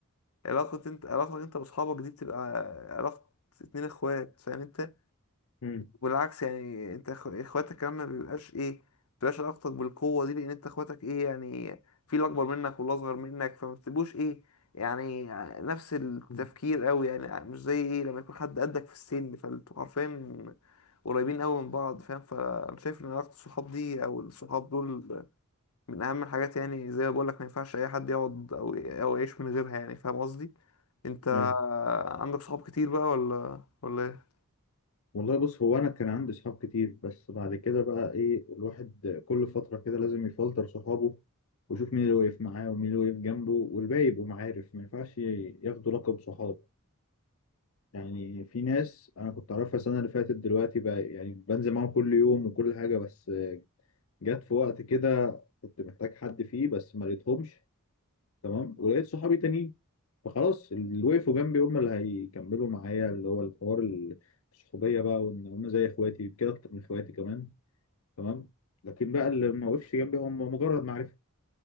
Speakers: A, on the left; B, on the left.
A: علاقه انت علاقتك انت واصحابك دي بتبقى علاقه اتنين اخوات فاهم انت
B: مم.
A: والعكس يعني انت اخ- اخواتك كمان ما بيبقاش ايه ما بتبقاش علاقتك بالقوه دي لان انت اخواتك ايه يعني في اللي اكبر منك واللي اصغر منك فما بتبقوش ايه يعني نفس التفكير
B: مم.
A: قوي يعني مش زي ايه لما يكون حد قدك في السن فانتوا عارفين قريبين قوي من بعض فاهم فانا شايف ان علاقه الصحاب دي او الصحاب دول من اهم الحاجات يعني زي ما بقول لك ما ينفعش اي حد يقعد او او يعيش من غيرها يعني فاهم قصدي انت
B: ايوه
A: عندك صحاب كتير بقى ولا ولا ايه
B: والله بص هو انا كان عندي صحاب كتير بس بعد كده بقى ايه الواحد كل فترة كده لازم يفلتر صحابه ويشوف مين اللي واقف معاه ومين اللي واقف جنبه والباقي يبقوا معارف ما ينفعش ياخدوا لقب صحاب يعني في ناس انا كنت اعرفها السنة اللي فاتت دلوقتي بقى يعني بنزل معاهم كل يوم وكل حاجة بس جت في وقت كده كنت محتاج حد فيه بس ما لقيتهمش تمام ولقيت صحابي تانيين فخلاص اللي وقفوا جنبي هم اللي هيكملوا معايا اللي هو الحوار ال- الصحوبية بقى وإن هم زي إخواتي كده أكتر من إخواتي كمان تمام لكن بقى اللي ما وقفش جنبي هم مجرد معرفة